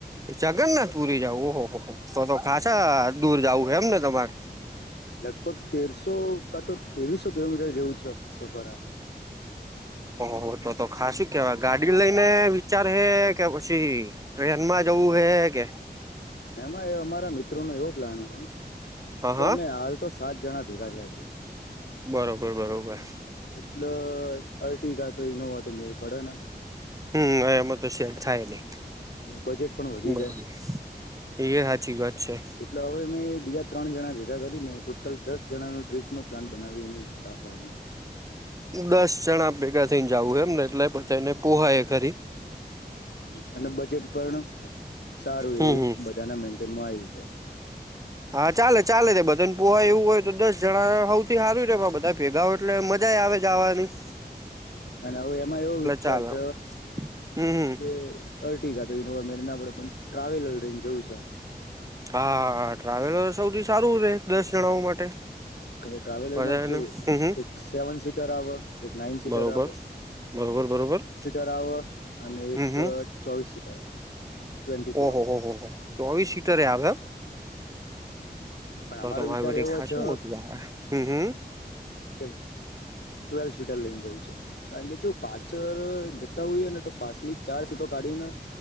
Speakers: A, on the right; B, on the left.
A: જગન્નાથ પુરી જવું ઓહ હો હો હો તો તો ખાશા દૂર જવું એમ ને તમારે?
B: લગભગ તેરસો કા તો તેવીસો કિલોમીટર જેવું છે સફર આ.
A: ઓ હો હો તો તો ખા શું કેવાય ગાડી લઈને વિચાર હે કે પછી ટ્રેન માં જવું હે કે
B: એમાં અમારા મિત્રો નો એવો પ્લાન હતો
A: હા
B: કે
A: હા
B: અમે હાલ તો સાત જણા ભેગા થયા છે.
A: બરોબર, બરોબર.
B: એટલો અર્ટીગા તો ઇનોવા તો મેળ પડે ના.
A: હમ્મ એમાં તો શેર થાય નહી
B: અને બજેટ પણ વધી
A: બરોબર.
B: જાય
A: એ હાચી વાત છે.
B: એટલે હવે મેં બીજા ત્રણ જણા ભેગા કરીને ટોટલ દસ જણા નું ટ્રીપ નો પ્લાન બનાવીની ઈચ્છા હ હમે.
A: દસ જણા ભેગા થઈ જવું એમ ને એટલે બધા એને પોહા એ ઘરી.
B: અને બજેટ પણ સારું
A: હમ
B: એવું
A: હમ
B: બધાના મેન્ટેનમાં આઈ જાય.
A: હા ચાલે ચાલે તે બધન પોહ એવું હોય તો દસ જણા હઉથી હારું બધા ભેગા હોય એટલે મજા એ આવે જાવાની.
B: અને હું એમાં એવો વિચાર
A: ચાલે
B: છ
A: હમ હમ
B: કે અર્ટિકા તો ઇનોવા મેરના વડે પણ ટ્રાવેલર રહીને જવું છે.
A: હા, ટ્રાવેલ સૌથી સારું રહે દસ જણાઓ માટે.
B: કા તમે ટ્રાવેલર
A: બધાને
B: માં કેવું
A: હમ હમ
B: એક સેવન સીટર આવે, એક નાઈન સીટર
A: બરોબર
B: આવે
A: બરોબર, બરોબર.
B: તા વ અને એક
A: હમ હમ
B: ચોવીસ સીટર આવે ટ્વેન્ટી ફોર.
A: ઓહો હો હો હો. ચોવીસ સીટર એ આવે હે?
B: પણ
A: તો
B: અમારો
A: તમારી
B: વિચાર
A: બધી
B: એવો
A: ખાશું
B: છે
A: મોતી આવે. હમ્મ, હમ્મ.
B: કેવું ટ્વેલ શવીટર લઈને જવું છે. કારણ કે જો પાછળ જતા હોઈએ ને તો પાછલી ચાર સીટો કાઢીને